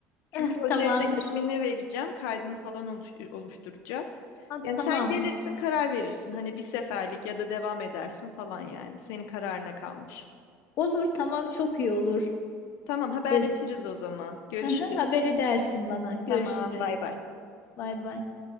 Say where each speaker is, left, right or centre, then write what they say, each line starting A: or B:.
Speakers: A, on the left; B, on the left.
A: Çünkü
B: Eh,
A: hocaya
B: tamamdır.
A: da ismini vereceğim. Kaydını falan oluş- oluşturacak.
B: Ha,
A: Yani
B: tamam.
A: sen gelirsin karar verirsin. Hani bir seferlik ya da devam edersin falan yani. Senin kararına kalmış.
B: Olur tamam çok iyi olur.
A: Tamam haberleşiriz
B: E,
A: o zaman. Görüşürüz.
B: Hı hı, Haber edersin bana. Görüşürüz.
A: Tamam bay bay.
B: Bay bay.